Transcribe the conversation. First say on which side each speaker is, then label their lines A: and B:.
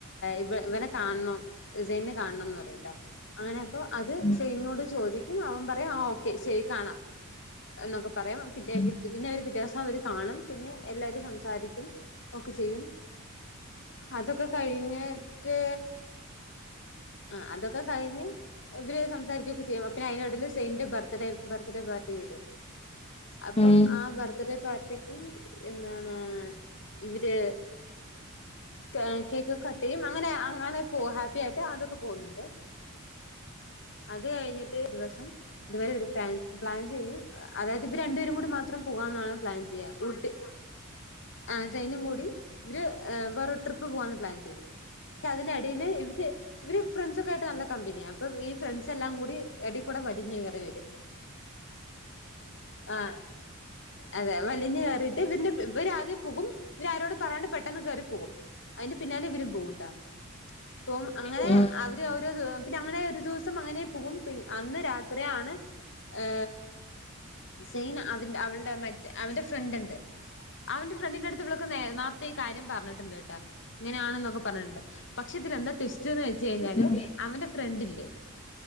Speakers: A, on the left; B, on the left.
A: ഇവ ഇവനെ കാണണം സെയ്നെ കാണണംന്ന് പറയിട്ടാ അങ്ങനെ അപ്പൊ അത്
B: ഉം
A: സെയിന്നോട് ചോദിക്കും അവൻ പറയും ആ ഓക്കെ ശെരി കാണാ എന്നൊക്കെ പറയും പി
B: ഉം
A: പിന്നെ അവര് പിറ്റേ ദിവസം അവര് കാണും പിന്നെ എല്ലരും സംസാരിക്കും ഒക്കെ ചെയ്യും അതൊക്കെ കഴിഞ്ഞിട്ട് ആഹ് അതൊക്കെ കഴിഞ്ഞ് ഇവര് സംസാരിരിക്കുകൊക്കെ ചെയ്യും പിന്നെ അയിൻ്റെയെടീൽ സെയ്ൻ്റെ ബർഡേ ബർത്ത്ഡേ പാർട്ടി വരും അപ്പം
B: ഉം ഉം.
A: ആ ബർത്ത്ഡേ പാർ ർട്ടിക്ക് എന്താണ് ഇവര് ക കേക്ക ട്ട് യും അങ്ങനെ അങ്ങനെ പോ ഹാപ്പി ആയിട്ട് അതൊക്കെ പോകുന്നുണ്ട് അത് കഴിഞ്ഞിട്ട് ദിവസം ഇതുവരെ ഒരു പ്ലാ പ്ലാൻ ചെയ്യും അതായത് ഇവര് രണ്ടുപേരും കൂടി മാത്രം പോകാന്നാണ് പ്ലാൻ ചെയ്യ ഊട്ട് ആ സൈനും കൂടി ഇവര് ഏ വേ ട്രിപ്പ് പ്പ് പോവാന്ന് പ്ലാൻ ചെയ്യും പക്ഷെ അതിന്റെടയില് ഇവര് ഇവര് ഫ്രണ്ട്സൊക്കെ ആയിട്ട് നല്ല കമ്പനിയാ അപ്പൊ ഈ ഫ്രണ്ട്സ് എല്ലാം കൂടി എടേ കൂടെ വലിഞ്ഞു കേറി വരും ആ അതെ വലിഞ്ഞ് കയറിയിട്ട് ഇതിന്റെ ഇവരാദ്യം പോകും ഇവര് ആരോടും പറയിണ്ട് പെട്ടെന്ന് കേറി പോകും അതിന്റെ പിന്നാലെ ഇവരും പോകട്ടാ അപ്പം അങ്ങനെ
B: ഉം
A: അവര് അവരത് പിന്നെ അങ്ങനെ ഒരു ദിവസം അങ്ങനെ പോകും പിന്നെ അന്ന് രാത്രിയണ് ഏ സെയിം അവ അവളുടെ മറ്റേ അവന്റെ ഫ്രണ്ട് ഉണ്ട് അവന്റെ ഫ്രണ്ടിൻ്റടുത്ത് ഇവിളക്കൊ നേരുത്തെ ഈകാര്യം പറഞ്ഞിട്ടുണ്ട് കേട്ടാ ഇങ്ങനാണെന്നൊക്കെ പറഞ്ഞിട്ട് ണ്ട് പക്ഷെ ഇതിലെന്താ ട്വിസ്റ്റ്ന്ന് വെച്ച് കയിഞ്ഞാല്
B: ഉം
A: അവന്റെ ഫ്രണ്ടില്ലേ